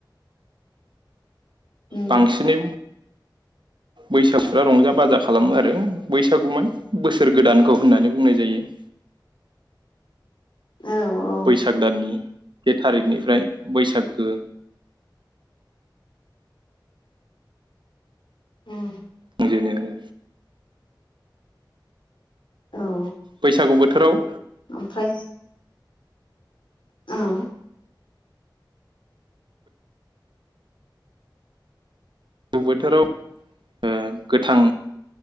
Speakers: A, on the left; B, on the right.
A: उम
B: बांसिनै बैसागुआ रंजा बाजा खालामो आरो बैसागु बोसोर गोदानखौ होननानै बुंनाय जायो ।
A: औ औ
B: बैसाग दाननि बे थारिखनिफ्राय बैसागो
A: उम।
B: होजेनो
A: औ।
B: बैसागु बोथोराव
A: ओमफ्राय औ
B: गु बोथोराव ओ गोथां